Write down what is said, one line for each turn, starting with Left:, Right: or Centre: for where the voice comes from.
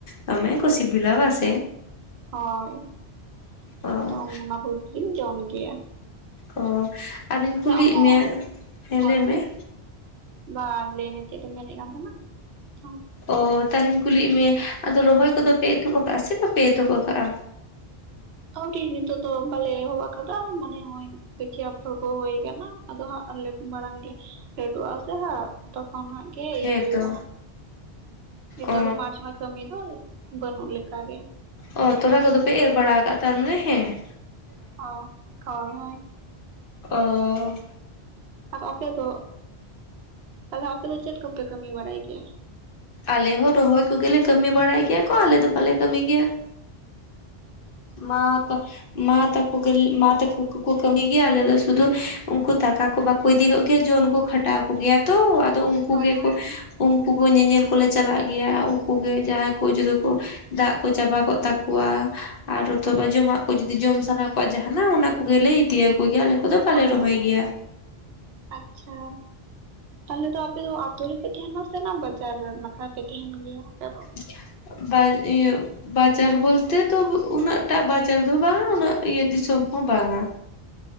Left: ᱫᱚᱢᱮ ᱠᱚ ᱥᱤᱵᱤᱞᱟ
Right: ᱦᱳᱭ
Left: ᱵᱟ ᱥᱮ?
Right: ᱦᱳᱭ ᱾
Left: ᱚ
Right: ᱟᱫᱚ ᱚᱱᱟ ᱠᱚᱜᱤᱧ ᱡᱚᱢ ᱜᱮᱭᱟ ᱾
Left: ᱚ ᱟᱫᱚᱧ ᱠᱩᱞᱤᱭᱮᱫ
Right: ᱟᱢᱦᱚᱸ
Left: ᱢᱮᱭᱟ? ᱦᱮᱸ
Right: ᱦᱳᱭ
Left: ᱞᱟᱹᱭ
Right: ᱦᱳᱭ
Left: ᱢᱮ ᱾
Right: ᱵᱟᱝ ᱞᱟᱹᱭ ᱢᱮ ᱪᱮᱫ ᱮᱢ ᱢᱮᱱᱮᱜ ᱠᱟᱱ ᱛᱟᱦᱮᱱᱟ ᱟᱢ?
Left: ᱚ ᱛᱟᱦᱚᱞᱮᱧ ᱠᱩᱞᱤᱭᱮᱜ ᱢᱮ ᱟᱫᱚ ᱨᱚᱦᱚᱭ ᱠᱚᱫᱚ ᱯᱮ ᱮᱛᱚᱦᱚᱵ ᱠᱟᱜᱼᱟ, ᱥᱮ ᱵᱟᱯᱮ ᱮᱛᱚᱦᱚᱵ ᱠᱟᱜᱼᱟ?
Right: ᱟᱹᱣᱨᱤ ᱱᱤᱛᱚᱜ ᱫᱚ ᱵᱟᱞᱮ ᱮᱦᱚᱵ ᱟᱠᱟᱫᱟ ᱢᱚᱱᱮ ᱦᱚᱭ ᱾ ᱠᱤᱪᱷᱤ ᱟᱯᱷᱚᱨ ᱠᱚ ᱦᱩᱭ ᱠᱟᱱᱟ ᱟᱫᱚ ᱦᱟᱸᱜ ᱢᱟᱲᱟᱝ ᱞᱮ ᱞᱟᱹᱴᱩ ᱟᱥᱮ ᱦᱟᱸ ᱛᱚᱠᱷᱚᱱ ᱦᱟᱸ ᱦᱮ ᱤᱭᱟᱹ
Left: ᱦᱮᱸ
Right: ᱦᱩᱭᱩᱜᱼᱟ,
Left: ᱛᱚ
Right: ᱦᱟᱸᱜ ᱱᱤᱛᱚᱜ
Left: ᱚ
Right: ᱫᱚ ᱢᱟᱴ ᱨᱮᱢᱟ ᱠᱟᱹᱢᱤ ᱫᱚ ᱵᱟᱹᱱᱩᱜ ᱞᱮᱠ ᱜᱮ ᱾
Left: ᱚ ᱛᱚᱞᱟ ᱠᱚᱫᱚ ᱯᱮ ᱮᱨ ᱵᱟᱲᱟ ᱠᱟᱜᱼᱟ? ᱛᱟᱨᱢᱟᱱᱮ ᱦᱮᱸ ᱾
Right: ᱦᱚᱸ ᱾ ᱦᱳᱭ ᱻᱦᱳᱭ ᱾
Left: ᱚᱸ
Right: ᱟᱨ ᱟᱯᱮ ᱫᱚ? ᱛᱟᱦᱚᱞᱮ ᱟᱯᱮ ᱫᱚ ᱪᱮᱫ ᱠᱚᱯᱮ ᱠᱟᱹᱢᱤ ᱵᱟᱲᱟᱭ ᱜᱮᱭᱟ?
Left: ᱟᱞᱮ ᱦᱚᱸ ᱨᱚᱦᱚᱭ ᱠᱚᱜᱮ ᱞᱮ ᱠᱟᱹᱢᱤ ᱵᱟᱲᱟᱭ ᱜᱮᱭᱟ ᱠᱚ, ᱟᱞᱮ ᱫᱚ ᱵᱟᱞᱮ ᱠᱟᱹᱢᱤ ᱜᱮᱭᱟ ᱾ ᱢᱟ ᱛᱟ ᱢᱟ ᱛᱟᱹᱠᱚ᱾ ᱢᱟ ᱛᱟᱠᱚ ᱠᱚᱠᱚ ᱠᱟᱹᱢ ᱜᱮᱭᱟ ᱟᱞᱮ ᱫᱚ ᱥᱩᱫᱷᱩ ᱩᱱᱠᱩ ᱫᱟᱠᱟ ᱠᱚ ᱵᱟᱠᱚ ᱤᱫᱤ ᱜᱚᱜ ᱜᱮᱭᱟ ᱡᱳ ᱩᱱᱠᱩᱼᱼ ᱢᱮᱴᱟᱣ ᱠᱚᱜᱮᱭᱟ ᱛᱚ ᱟᱫᱚ ᱩᱱᱠᱩ
Right: ᱦᱳᱭ
Left: ᱜᱮᱠᱚ
Right: ᱦᱳᱭ ᱦᱳᱭ
Left: ᱩᱱᱠᱩ ᱠᱚ ᱧᱮᱧᱮᱞ ᱠᱚᱞᱮ ᱪᱟᱞᱟᱜ ᱜᱮᱭᱟ ᱩᱱᱠᱩ ᱜᱮ ᱡᱟᱦᱟᱸᱭ ᱠᱚ ᱡᱩᱫᱤ ᱠᱚ ᱫᱟᱜ ᱠᱚ ᱪᱟᱵᱟ
Right: ᱦᱩᱸ
Left: ᱠᱚᱜ ᱛᱟᱠᱚᱣᱟ᱾ ᱟᱨᱦᱚᱸ ᱛᱚ ᱵᱟᱡᱚᱢᱟᱜ ᱠᱚ ᱡᱩᱫᱤ ᱡᱚᱢ ᱥᱟᱱᱟ ᱠᱚᱣᱟ ᱡᱟᱦᱟᱱᱟᱜ ᱚᱱᱟ ᱠᱚᱜᱮ ᱤᱫᱤᱭᱟᱠᱚ ᱜᱮᱭᱟ᱾ ᱠᱚᱫᱚ ᱵᱟᱞᱮ
Right: ᱦᱚᱝᱚᱝ
Left: ᱨᱚᱦᱚᱭ ᱜᱮᱭᱟ
Right: ᱟᱪᱷᱟ ᱛᱟᱦᱞᱮ ᱫᱚ ᱟᱯᱼᱼ ᱟᱯᱮ ᱫᱚ ᱟᱛᱳ ᱨᱮᱯᱮ ᱛᱟᱦᱮᱱᱟ ᱥᱮ ᱱᱟ ᱵᱟᱡᱟᱨ ᱱᱟᱠᱷᱟ ᱯᱮ ᱛᱟᱦᱮᱱ ᱜᱮᱭᱟ ᱟᱯᱮ ᱫᱚ?
Left: <unintelligible> ᱵᱟ ᱤᱭᱩᱜ ᱵᱟᱡᱟᱨ ᱵᱚᱞᱛᱮ ᱛᱚᱵᱩ ᱩᱱᱟᱹᱜ᱾ ᱮᱴᱟᱜ ᱵᱟᱡᱟᱨ ᱫᱚ ᱵᱟᱝᱟ ᱩᱱᱟᱹᱜ ᱤᱭᱟᱹ ᱫᱤᱥᱚᱢ ᱦᱚᱸ ᱵᱟᱝᱟ᱾